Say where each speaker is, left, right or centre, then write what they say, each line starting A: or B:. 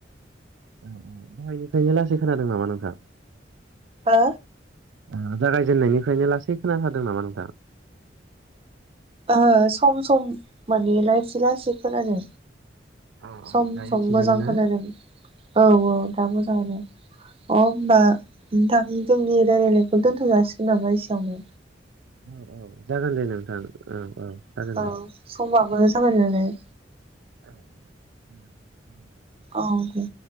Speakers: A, on the right (about 85°); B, on the right (about 30°).
A: औ औ दहायनिफ्रायनो लासै खोनादों नामा नोंथां?
B: हो?
A: उम जागायजेन्नायनिफ्रायनो लासै खोनाथारदों नामा नोंथा?
B: ओ सम सम माने लासै लासै खोनादों।
A: अ अ
B: सम
A: दायो
B: सम
A: थिगानो
B: मोजां
A: ना
B: खोनादों, औ औ दा मोजाङानो। अ होमबा नोंथां जोंनि रायलायनायखौ दोन्थ' जासिगोन नामा एसेयावनो?
A: औ औ जागोन दे नोंथां औ औ। जागोन दे
B: औ समाबो जाबाय नालाय।
A: औ उम उम उम।
B: औ दे।